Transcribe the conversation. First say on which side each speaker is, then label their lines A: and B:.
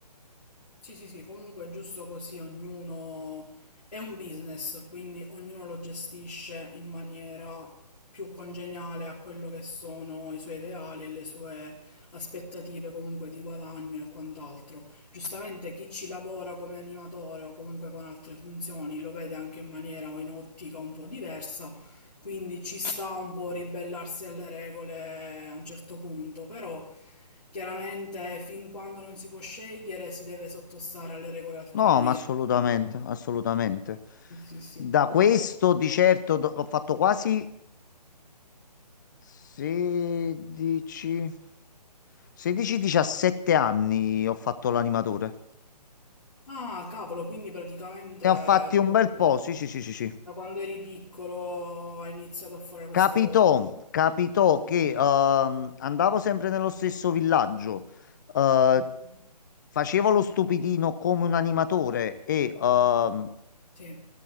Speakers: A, on the left; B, on the left.
A: Sì, sì, sì, comunque è giusto così, ognuno è un business, quindi ognuno lo gestisce in maniera più congeniale a quello che sono i suoi ideali e le sue aspettative comunque di guadagno e quant'altro. Giustamente chi ci lavora come animatore o comunque con altre funzioni lo vede anche in maniera o in ottica un po' diversa, quindi ci sta un po' ribellarsi alle regole a un certo punto, però chiaramente fin quando non si può scegliere si deve sottostare alle regole altrui.
B: No, ma assolutamente,
A: eh.
B: assolutamente.
A: Sì, sì, sì.
B: Da questo di certo do- ho fatto quasi 16, 16-17 anni ho fatto l'animatore.
A: Ah, cavolo, quindi praticamente
B: Ne
A: da
B: ho fatti un
A: quan-
B: bel po', sì, sì, sì, sì, sì.
A: da quando eri piccolo hai iniziato a fare questa
B: Capitò,
A: cosa.
B: capitò che ehm, andavo sempre nello stesso villaggio, eh,
A: Mhm.
B: facevo lo stupidino come un animatore e ehm,
A: Sì,